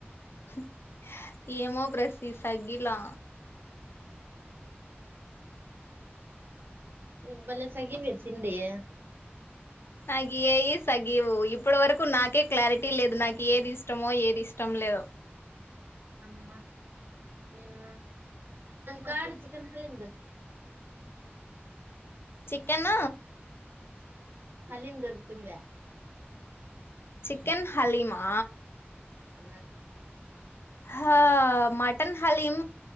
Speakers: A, on the left; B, on the right.
A: <inaudible> ఏమో ప్రసి సగ్గీలా
B: న బలే సగివ చిండయ
A: సగియేయి సగి ఒ ఇప్ ఇప్పటి వరకు నాకే క్లారిటీ లేదు నాకు ఏదిస్ ఇష్టమో ఏది ఇష్టం లేదో
B: అమ్మా నేను కడు చికెన్ హల్ంద
A: చికెన్
B: అలీం దొరుకుతుంద
A: చికెన్ హలీమా
B: ఆ
A: హా మాటి చికన్ హలీం